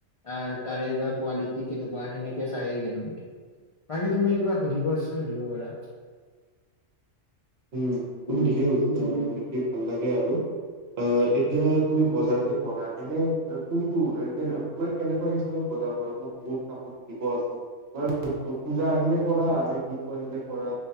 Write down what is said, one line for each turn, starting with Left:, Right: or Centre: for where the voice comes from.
Left: তাৰ তাৰে বা কোৱালিটি কেনেকুৱা সেনেকে চাইয়ে কিনো, বাকী তুমি কিবা সুধিব আছে সুধিব পাৰা।
Right: উম তুমি
Left: উম,
Right: ঠিকেই কৈছা।
Left: তুমি কি কৰিবা?
Right: দেখি ভাল লাগে আৰু। অ' এতিয়া তুমি বজাৰ যে কৰাহেনে? এ, কোনটো এ, কেন মানে কেনেকুৱা হিচাপে বজাৰ কৰা, ধৰা বহুত কাপোৰ? দিব আছে, মই পূ-পূজা আহিলে কৰা নে বিহু আহিলে কৰা,